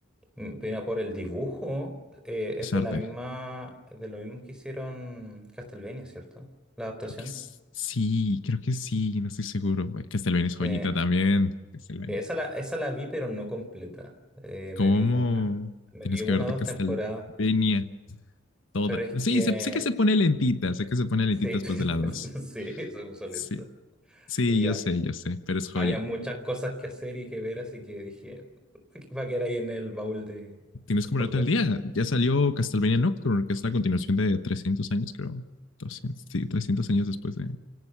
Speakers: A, in the centre; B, on the left.
A: Mm, Mira, por el dibujo, eh, es
B: Es
A: de
B: arte.
A: la misma, de lo mismo que hicieron Castlevania, ¿cierto? La adaptación.
B: Creo que s- sí, creo que sí, no estoy seguro. güey. Castlevania
A: Sí.
B: es joyita también. Castlevania.
A: Sí, Esa la, esa la vi, pero no completa. Eh,
B: ¿Cómo
A: me vi una, me
B: tienes
A: vi una
B: que verte
A: o dos
B: Castlevania
A: temporadas.
B: toda?
A: Pero es que,
B: Sí, sé, sé que se pone lentita, sé que se pone lentita
A: sí,
B: después
A: <laughs>
B: de la dos
A: sí, se puso lenta.
B: Sí. Sí,
A: Y
B: ya
A: ya.
B: sé, ya sé, pero es joya.
A: había muchas cosas que hacer y que ver, así que dije, va a quedar ahí en el baúl de
B: Tienes
A: eh,
B: que
A: por
B: ponerte
A: ver,
B: al día. Ya salió Castlevania Nocturne, que es la continuación de 300 años, creo. 200, sí, 300 años después de,